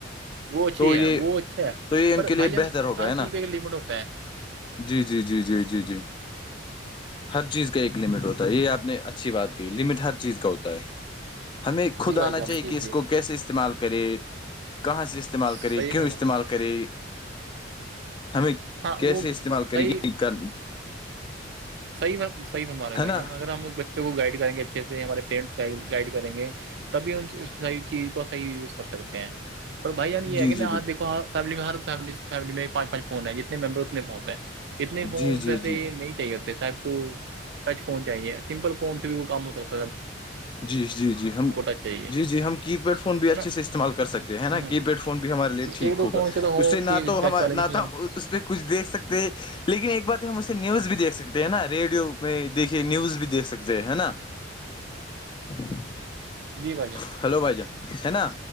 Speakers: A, on the right; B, on the left.
A: وہ اچھی
B: تو یہ
A: ہے وہ اچھا ہے
B: تو یہ ان
A: پر
B: کے لیے
A: بھائی جان
B: بہتر ہوگا
A: ہر
B: ہے نا
A: چیز کا ایک لمٹ ہوتا ہے
B: جی جی جی جی جی جی ہر چیز کا ایک لمٹ ہوتا ہے یہ آپ نے اچھی بات کی لمٹ ہر چیز کا ہوتا ہے ہمیں خود
A: جی بھائی
B: آنا
A: جان
B: چاہیے
A: جی
B: کہ اس
A: جی
B: کو کیسے استعمال کرے کہاں سے استعمال
A: صحیح
B: کرے کیوں
A: فرما
B: استعمال کرے ہمیں
A: ہاں
B: کیسے
A: وہ
B: استعمال کری
A: صحیح
B: یہ کر
A: صحیح میں صحیح فرما رہے ہو
B: ہے
A: بھائی
B: نا
A: جان اگر ہم بچوں کو گائڈ کریں گے اچھے سے ہمارے پرینٹس گائڈ کریں گے تبھی انح چیز کو صح یوز کر سکتے ہیں پر بھائی یہ
B: جی
A: ہے کہ
B: جی بالکل
A: دیکو فیملی میں ہر ف فملی میں پانچ پانچ فون ہیں جتنے ممبر اتنے فون ہیں اتنے فون
B: جی جی
A: ویسے
B: جی
A: نہیں چاہیے ہوتے صاحب کو ٹچ فون چاہیے سمپل فون سے بھی وہ کام ہوتا
B: جی جی جی ہم
A: ٹچ چاہیے
B: جی جی ہم کی پیڈ فون بھی
A: ہے
B: اچھے
A: نا
B: سے استعمال کر سکتے ہے نا کی
A: ہاں
B: پیڈ فون بھی ہمارے لیے
A: ایک
B: ٹھیک
A: دو
B: ہوگا
A: فون چلو ہو
B: اس سے نہ
A: کہ
B: تو
A: ٹچ
B: ہم
A: والا
B: نہ
A: جس میں
B: تو ہم اس پہ کچھ دیکھ سکتے لیکن ایک بار ہم اسے نیوز بھی دیکھ سکتے نا ریڈیو میں دیکے نیوز بھی دھ سکتے ہیں نا <inaudible>
A: جی بھائیان
B: ہیلو بائیجا ہے نا